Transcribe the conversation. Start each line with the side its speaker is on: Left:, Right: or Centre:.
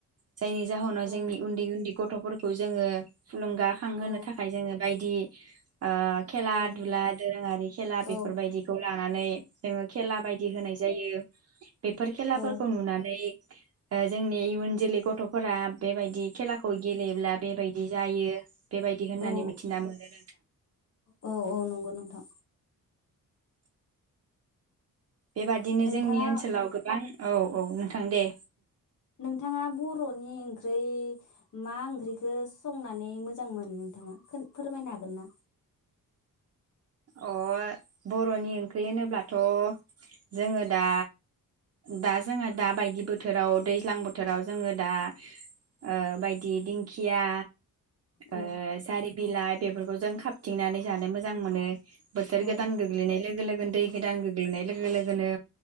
Right: जायनि जाहोनाव
Left: औ
Right: जोंनि उन्दै -उन्दै गथ थफोरखौ जोङो थुलुंगाखांहोनो
Left: औ
Right: थाखाय जोङो बायदि <inaudible> ओ खेला
Left: औ
Right: दुला दोरोङारि खेला
Left: औ
Right: बेफोरबायदिखौ ला नानै जोङो खेला बायदि होनाय जायो बेफोर खेलाफोरखौ
Left: औ
Right: नुनानै ओ जोंनि इयुन जोलै गथ'फोरा बेबायदि खेलाखौ गेलेयोब्ला बेबायदि जायो बेबायदि होननानै
Left: औ
Right: मिथिना मोनो
Left: औ औ नंगौ नोंथां।
Right: बेबादिनो
Left: नोंथाङा
Right: जोंनि ओनसोलाव गोबां औ औ नोंथां दे
Left: नोंथाङा बर'नि ओंख्रै मा ओंख्रिखौ संनानै मोजां मोनो नोंथाङा खोन फोरमायनो हागोन ना?
Right: अ बर'नि ओंख्रि होनोब्लाथ' जोङो दा दा जोङो दा बायदि बोथोराव दैज्लां बोथोराव जोङो दा ओ बायदि दिंखिया
Left: औ
Right: ओ जारि बिलाइ बेफोरखौ जों खाबथिंनानै जानो मोजां मोनो बोथोर
Left: औ
Right: गोदान गोग्लैनाय लोगो लोगोनो दै गोदान गो ग्लैनाय लोगो लोगोनो